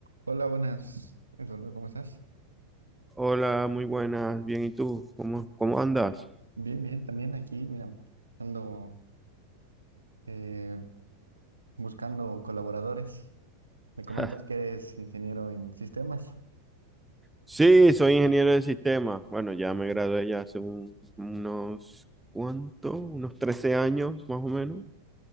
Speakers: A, on the right; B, in the centre.
A: Hola, buenas, Eduardo, ¿cómo estás?
B: Hola, muy buenas, bien, ¿y tú? ¿Cómo, cómo andas?
A: Bien, bien, también aquí, mira, ando eh, buscando colaboradores. Me comentas
B: <laughs>
A: que eres ingeniero en sistemas.
B: Sí, soy ingeniero de sistemas. Bueno, ya me gradué ya hace un- unos, ¿cuánto? Unos 13 años, más o menos.